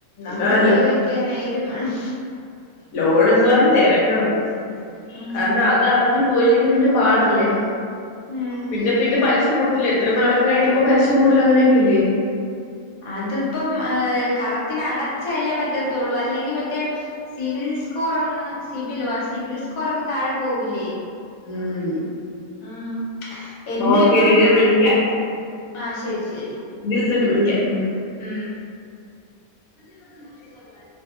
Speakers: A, on the left; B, on the left.
A: നമ്മടെ
B: ആ
A: കയ്യീ വെക്കാനായാലും വേണം.
B: ലോണ് എന്തുവാന്ന് തെരക്കണം.
A: ഉം
B: കാരണം അത് അടഞ്ഞ് പോയില്ലെങ്കി പിന്നെ പാടല്ലെ.
A: ഉം
B: പിന്നെ പിന്നെ പലിശ കൂട്തലാ ത്തിലും നാളൊക്കെ കഴിയുമ്പൊ പലിശ കൂട് ലൊ അങ്ങനൊക്കെയില്ലെ.
A: അത്പ്പം ഏഹ് കറക്റ്റിന് അടച്ചല്ലെ പറ്റത്തുള്ളു. അല്ലെങ്കി മറ്റെ.... സിവിൽ സ്കോറങ്ങ് സിബിലൊ ആഹ് സിബിൽ സ്കോറങ്ങ് താഴെ പോവൂല്ലേ.
B: ഉം
A: ഉം. ഇണ്ട്
B: ഓക്കേടി
A: പ്പം
B: ഞാൻ വിളിക്കാം
A: ആഹ് ശരി, ശരി.
B: <unintelligible> വിളിക്കാം. ഉം
A: ഉം
B: ഇന്നത്തെ നിക്ഷേപങ്ങൾ